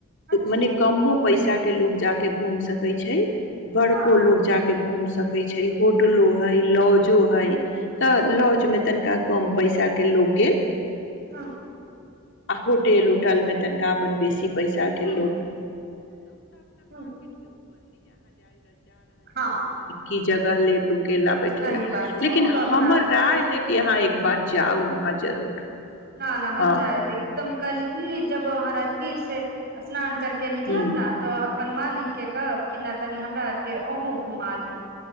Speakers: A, on the right; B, on the left.
A: अच्छा
B: मने कमो पैसा के ल जा के घूम सक सकै छै बड़को
A: हँ
B: लोक जा कऽ घूमि सकै छै होटलो हइ लॉजो हइ तऽ
A: अच्छा
B: लॉजमे तनिका कम पैसाके लोक गेल
A: हँ
B: आ होटेल होटलमे त क क
A: हूँ हूँ हँ
B: क जगह लेबू केला बैठेला
A: सही बात छै
B: लेकिन
A: ओ तऽ अपना
B: हमर राय है कि अहाँ एक बार जाउ अहाँ जरूर
A: न न हम
B: हँ
A: जाएब एकदम कल ही जब म राजगीर से स्नान करे के निकलब
B: ह
A: ने तऽ अपन मालिक के कहब कि नहि तनी हमरा आर के ओहं घुमा दी